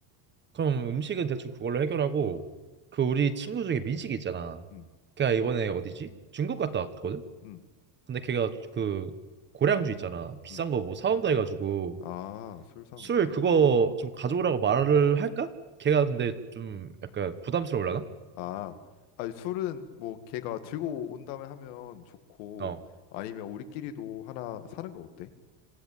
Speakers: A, on the right; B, on the left.
A: 그럼 음식은 대충 그걸로 해결하고 그 우리 친구 중에 민식이 있잖아.
B: 음,
A: 걔가 이번에 어디지? 중국 갔다 왔거든?
B: 음,
A: 근데 걔가 그 고량주 있잖아. 비싼
B: 음.
A: 거 뭐 사온다 해가지고
B: 아, 술 사는구나.
A: 술 그거 좀 가져오라고 말을 할까? 걔가 근데 좀 약간 부담스러울라나?
B: 아, 아니 술은 뭐 걔가 들고 온 다음에 하면 좋고
A: 어.
B: 아니면 우리끼리도 하나 사는 거 어때?